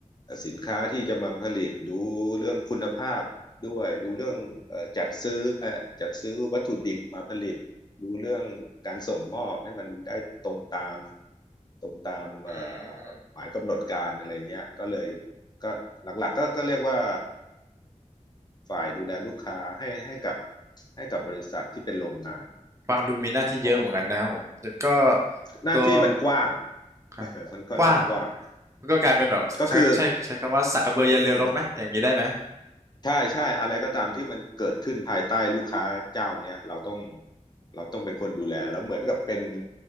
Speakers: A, on the left; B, on the right.
A: สินค้าที่จะมาผลิตดูเรื่องคุณภาพด้วยดูเรื่องจัดซื้อจัดซื้อวัตถุดิบมาผลิตดูเรื่องการส่งมอบให้มันได้ตรงตามตรงตาม
B: อืม
A: หมายกำหนดการอะไรเงี้ยก็เลยก็หลักๆก็ก็เรียกว่าฝ่ายดูแลลูกค้าให้ให้กับให้กับบริษัทที่เป็นโรงงาน
B: ฟังดูมีหน้าที่เยอะเหมือนกันนะครับผมแต่ก็
A: เพราะหน้าที่มันกว้าง
B: ตัว
A: <laughs>
B: ครับกว้าง
A: มันค่อนข้างกว้าง
B: ก็กลายเป็นแบบใช้ใช้ใช้คำว่าสักกระเบือยันเรือรบไหมอย่างนี้ได้ไหม
A: ก็คืออืม ใช่ใช่อะไรก็ตามที่มันเกิดขึ้นภายใต้ลูกค้าเจ้าเนี้ยเราต้องเราต้องเป็นคนดูแลแล้วเหมือนกับเป็น